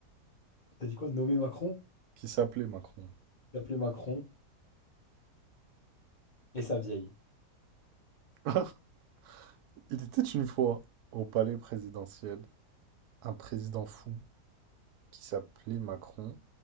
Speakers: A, on the left; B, on the right.
A: T'as dit quoi? Nommé Macron?
B: Qui s'appelait Macron.
A: Il appelé Macron et sa vieille.
B: <laughs> Il était une fois au palais présidentiel un président fou qui s'appelait Macron